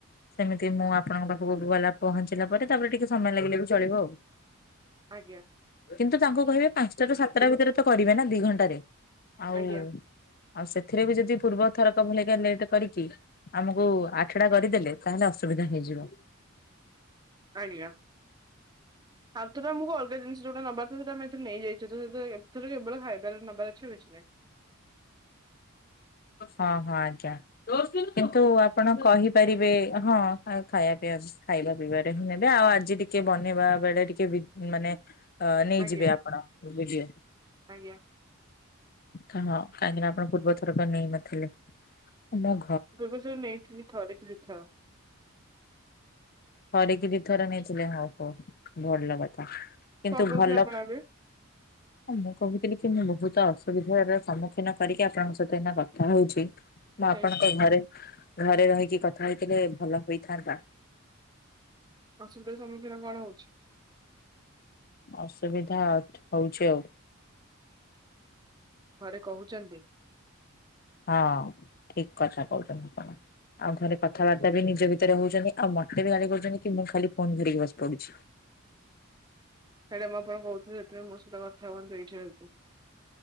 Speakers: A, on the left; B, on the right.
A: ସେମିତି ମୁଁ ଆପଣଙ୍କ ପାଖକୁ ଗଲା ପହଞ୍ଚିଲା ପରେ ତାପରେ ଟିକେ ସମୟ ଲାଗିଲେ ବି ଚଳିବ ଆଉ।
B: ଆଜ୍ଞା।
A: କିନ୍ତୁ ତାଙ୍କୁ କହିବେ ପାଞ୍ଚଟା ରୁ ସାତଟା ଭିତରେ ତ କରିବେ ନା ଦି ଘଣ୍ଟାରେ ଆଉ।
B: ଆଜ୍ଞା
A: ଆଉ ସେଥିରେ ବି ଯଦି ପୂର୍ବ ଥରକ ଭଳିକା ଲେଟ୍ କରିକି ଆମକୁ ଆଠଡା କରିଦେଲେ ତାହେଲେ ଅସୁବିଧା ହେଇଯିବ।
B: ଆଜ୍ଞା। <unintelligible> ଆମୁକୁ ଅଲଗା ଜିନିଷ ଯୋଉଟା ନବାର ଥିଲା ସେଇଟା ଆମେ ଏଥିରେ ନେଇଯାଇଛୁ ତ <unintelligible> ଏଥର କେବଳ ଖାଇବାରେ ନବାର ଅଛି ଆଉ କିଛି ନାହିଁ।
A: ହଁ ହଁ ଆଜ୍ଞା। କିନ୍ତୁ ଆପଣ କହିପାରିବେ ହଁ <unintelligible> ଖାଇବା ପିଇଆ ଖାଇବା ପିଇବାରେ ହିଁ ନେବେ। ଆଉ ଆଜି ଟିକେ ବନେଇବା ବେଳେ ଟିକେ ବିଦ୍ ମାନେ ଅଁ ନେଇଯିବେ
B: ଆଜ୍ଞା
A: ଆପଣ ଭିଡିଓ।
B: ଆଜ୍ଞା
A: ହଁ କାହିଁକି ନା ଆପଣ ପୂର୍ବ ଥରକ ନେଇନଥିଲେ। ମୁଁ
B: ପୂର୍ବ ଥର ନେଇଥିଲି ଥରେ କି ଦି ଥର।
A: ଥରେ କି ଦୁଇଥର ନେଇଥିଲେ ହଉ ହଉ ଭଲ କଥା। କିନ୍ତୁ
B: କଣ କହୁଥିଲେ
A: ଭଲ
B: ଆପଣ ଏବେ
A: ମୁଁ କହୁଥିଲି କି ମୁଁ ବହୁତ ଅସୁବିଧାର ସମ୍ମୁଖୀନ କରିକି ଆପଣଙ୍କ ସହିତ ଏଇନା କଥା ହଉଛି। ମୁଁ ଆପଣଙ୍କ
B: ଯାଇକି
A: ଘରେ ଘରେ ରହିକି କଥା ହେଇଥିଲେ ଭଲ ହୋଇଥାନ୍ତା।
B: ଅସୁବିଧାର ସମ୍ମୁଖୀନ କଣ ହଉଛି?
A: ଅସୁବିଧା ହଉଛି ଆଉ।
B: ଘରେ କହୁଛନ୍ତି
A: ହଁ ଠିକ୍ କଥା କହୁଛନ୍ତି କଣ। ଆଉ ଘରେ କଥାବାର୍ତ୍ତା ବି ନିଜ ଭିତେରେ ହଉଛନ୍ତି ଆଉ ମତେ ବି ଗାଳି କରୁଛନ୍ତି କି ମୁଁ ଖାଲି ଫୋନ୍ ଧରିକି ବସି ପଡୁଛି।
B: ସେଇଟା ମୁଁ ଆପଣଙ୍କୁ କହୁଥିଲି ଯେତେବେଳେ ମୋ ସହିତ କଥା ହୁଅନ୍ତୁ ଏଇଠି ରହିକି।